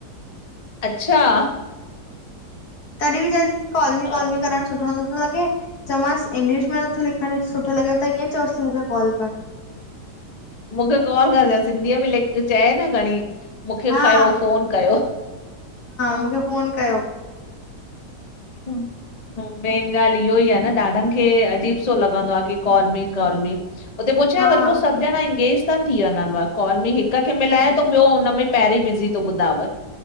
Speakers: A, on the left; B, on the left.
A: अच्छा।
B: तॾी बि चए ती मुखे कॉल मी
A: हा,
B: कॉल मी करण सुठो नत्थो लॻे। चौमांस इंग्लिश में नत्थो लिखंण सुठो लॻेव त ईंयें चओसि तूं मुखे कॉल कर
A: मूंखे कॉल कर छा, सिंधीअ में लिख चए न खणीं। मुखे
B: हा
A: कयो, फोन कयो।
B: मुखे फोन कयो।
A: हम्म। मेन ॻाल्हि इह्योई आ न ॾाढनि खे अजीब सो लॻंदो आ की कॉल मी कॉल मी। उते पो छाहे
B: हा
A: वरी पो सभु ॼणा ईंगेज़ ता थी वंञंनि व, कॉल में हिक खे मिलाय तो ॿियो हुन में पहिरेंई बिज़ी तो ॿुधाव।